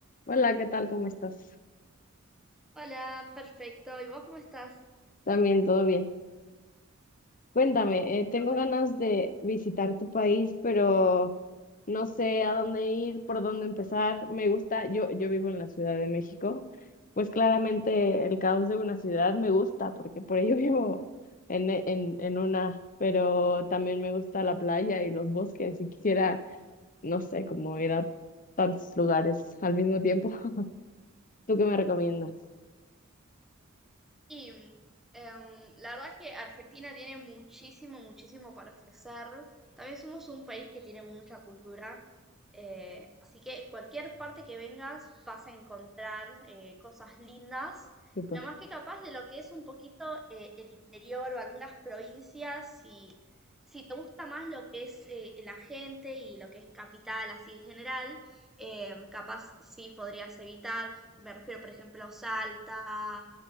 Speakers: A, on the left; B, in the centre.
A: Hola, ¿qué tal? ¿Cómo estás?
B: Hola, perfecto. ¿Y vos cómo estás?
A: También, todo bien. Cuéntame, eh, tengo
B: Qué bueno.
A: ganas de visitar tu país, pero no sé a dónde ir, por dónde empezar. Me gusta, yo, yo vivo en la Ciudad de México, pues claramente el caos de una ciudad me gusta, porque por ello <laughs> vivo en, e- en, en una, pero también me gusta la playa y los bosques y quisiera, no sé, como ir a tantos lugares al mismo tiempo. <laughs> ¿Tú qué me recomiendas?
B: Y em, la verdad es que Argentina tiene muchísimo, muchísimo para ofrecer. También somos un país que tiene mucha cultura. eh, así que cualquier parte que vengas vas a encontrar eh, cosas lindas.
A: Súper.
B: No más que capaz de lo que es un poquito eh, el interior o algunas provincias, si, si te gusta más lo que es eh, la gente y lo que es capital así en general, em, capaz sí podrías evitar. Me refiero, por ejemplo, a Salta,